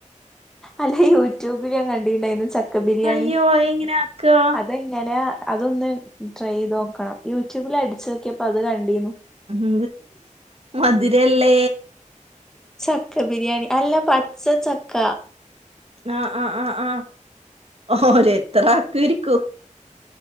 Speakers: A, in the centre; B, on the right (about 50°).
A: അല്ല യൂട്യൂബിൽ ഞാൻ കണ്ടിട്ടുണ്ടായിരുന്നു ചക്ക ബിരിയാണി
B: അയ്യോ അതെങ്ങനെ ആക്കാ
A: അതെങ്ങനെ? അതൊന്ന് ട്രൈ ചെയ്ത് നോക്കണം യൂട്യൂബിൽ അടിച്ചു നോക്കിയപ്പോ അത് കണ്ടിനു
B: ഉം മധുരല്ലേ
A: ചക്ക ബിരിയാണി അല്ല പച്ച ചക്ക
B: ആ ആ ആ ആ ഓര് എത്ര ആക്കി ഇരിക്കൂ